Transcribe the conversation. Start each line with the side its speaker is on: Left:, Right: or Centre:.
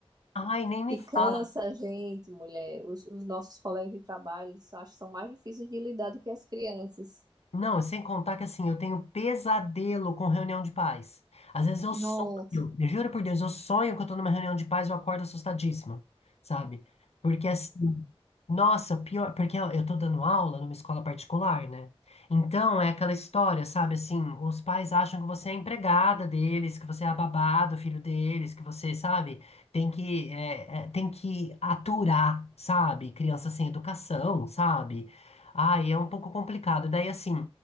Left: Ai, nem me
Right: que
Left: fala.
Right: cansa a gente, mulher. Os, os nossos colegas de trabalho, eles acho que são mais difíceis de lidar do que as crianças.
Left: Não, sem contar que assim, eu tenho pesadelo com reunião de paz. Às vezes eu
Right: Nossa.
Left: sonho, eu juro por Deus, eu sonho que eu tô numa reunião de paz e eu acordo assustadíssima, sabe? Porque assim, nossa, pior, porque eu eu tô dando aula numa escola particular, né? Então é aquela história, sabe? Assim, os pais acham que você é a empregada deles, que você é a babá do filho deles, que você, sabe, tem que, é, é, tem que aturar, sabe? Criança sem educação, sabe? Ah, é um pouco complicado. Daí, assim,